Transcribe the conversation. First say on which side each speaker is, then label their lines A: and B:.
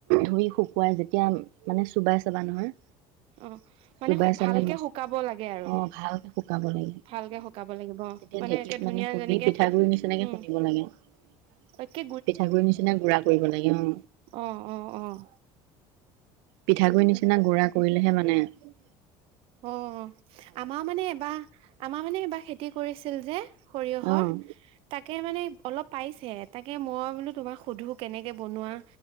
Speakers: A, on the right; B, on the right.
A: ধুই শুকুৱাই যেতিয়া মানে চুবাই চাবা নহয়
B: অ মানে
A: চোবাই চালে
B: ভালকে
A: মচ
B: শুকাব লাগে আৰু
A: অ', ভালকে শুকাব লাগে
B: ভালকে শুকাব লাগিব অ
A: তেতিয়া
B: মানে
A: ঢেঁকীত
B: একে ধুনীয়া
A: খুন্দি
B: যেনেকে
A: পিঠাগুৰি নিচিনাকে
B: উম
A: খুন্দিব লাগে পিঠাগুৰি
B: একে
A: নিচিনা গুডা কৰিব লাগে অ
B: আহ আহ আহ
A: পিঠাগুড়ি নিচিনা গুডৰা কৰিলেহে মানে উ
B: উ আমাৰ মানে এবাৰ আমাৰ মানে এবাৰ খেতি কৰিছিল যে সৰিয়হৰ
A: অ',
B: তাকে মানে অলপ পাইছে তাকে মই বোলো তোমাক সোধো কেনেকে বনোৱা